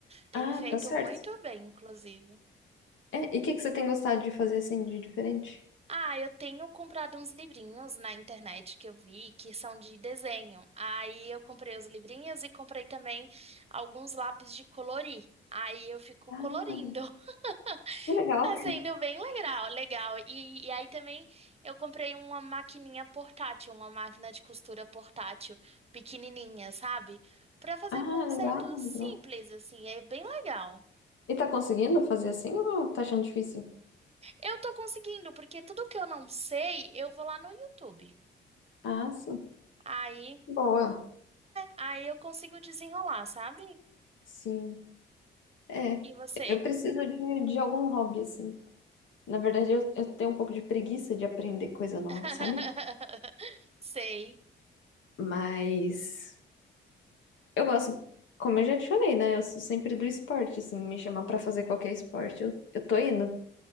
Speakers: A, on the right; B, on the left.
A: Tem
B: Ah,
A: me feito
B: tá certo.
A: muito bem, inclusive.
B: É, e o que que você tem gostado de fazer assim de diferente?
A: Ah, eu tenho comprado uns livrinhos na internet que eu vi que são de desenho. Aí eu comprei os livrinhos e comprei também alguns lápis de colorir. Aí eu fico
B: Ah,
A: colorindo. <laughs>
B: que legal.
A: Tá sendo bem legal, legal. E, e aí também eu comprei uma maquininha portátil, uma máquina de costura portátil, pequenininha, sabe? Pra fazer
B: Ah,
A: consertos
B: legal,
A: simples,
B: legal.
A: assim, é bem legal.
B: E tá conseguindo fazer assim ou tá achando difícil?
A: Eu tô conseguindo, porque tudo que eu não sei, eu vou lá no YouTube.
B: Ah, sim.
A: Aí
B: Boa.
A: Aí eu consigo desenrolar, sabe?
B: Sim. É,
A: E você?
B: eu preciso de, de algum hobby assim. Na verdade, eu, eu tenho um pouco de preguiça de aprender coisa
A: <laughs>
B: nova, sabe?
A: Sei,
B: Mas Eu gosto, como eu já te falei, né? Eu sou sempre do esporte, assim, me chamar pra fazer qualquer esporte, eu, eu tô indo.